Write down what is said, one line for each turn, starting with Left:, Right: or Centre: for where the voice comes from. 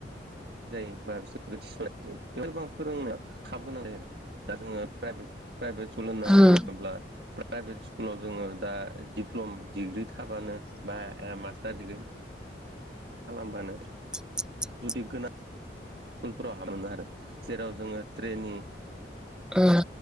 Right: जायो बा सोरनाय जायो बेफोरबो आं फोरोंनाया हाबगोन आरो दा जोङो प्रभे प्राइभेट सल होनना
Centre: उम
Right: बुङोब्ला प्राइभेट स्कुलाव जोङो दा डिप्ल'म डिग्रि थाबानो बा मास्टार डिग्रि खालामबानो
Centre: <inaudible>
Right: जुदि गोनां स्कुलफोराव हाबोमोन आरो जेराव जोङो ट्रेनि
Centre: ओ